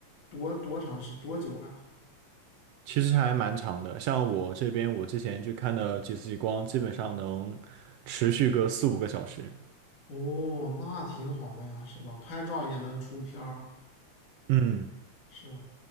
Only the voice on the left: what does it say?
多多长时多久啊？
哦，那挺好的呀，是吧？拍照也能出片儿。
是